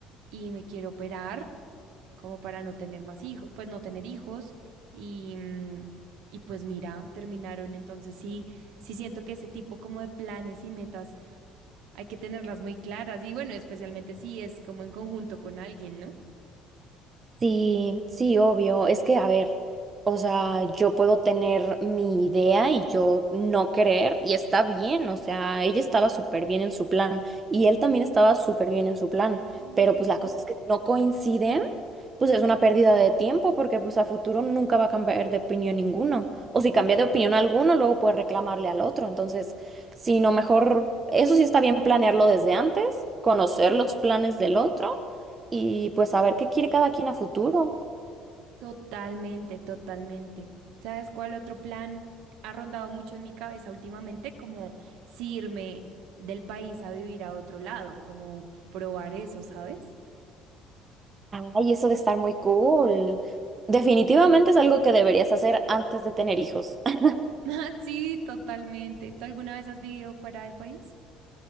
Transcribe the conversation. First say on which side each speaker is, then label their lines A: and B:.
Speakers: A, on the right (about 75°); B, on the right (about 30°).
A: y me quiero operar. como para no tener más hijos, pues no tener hijos y, mm, y pues mira, terminaron. Entonces sí, sí siento que ese tipo como de planes y metas hay que tenerlas muy claras y bueno, especialmente si es como en conjunto con alguien, ¿no?
B: Sí, sí, obvio. Es que, a ver, o sea, yo puedo tener mi idea y yo no creer y está bien, o sea, ella estaba súper bien en su plan y él también estaba súper bien en su plan,
A: Ujú.
B: pero pues la cosa es que si no coinciden, pues es una pérdida de tiempo porque pues a futuro nunca va a cambiar de opinión ninguno. O si cambia de opinión alguno, luego puede reclamarle al otro. Entonces, si no, mejor, eso sí está bien planearlo desde antes, conocer los planes del otro y pues saber qué quiere cada quien a futuro.
A: Totalmente, totalmente. ¿Sabes cuál otro plan ha rondado mucho en mi cabeza últimamente? Como si irme del país a vivir a otro lado, como probar eso, ¿sabes?
B: Ay, eso de estar muy cool. Definitivamente es algo que deberías hacer antes de tener hijos. <laughs>
A: <laughs> Sí, totalmente. ¿Tú alguna vez has vivido fuera del país?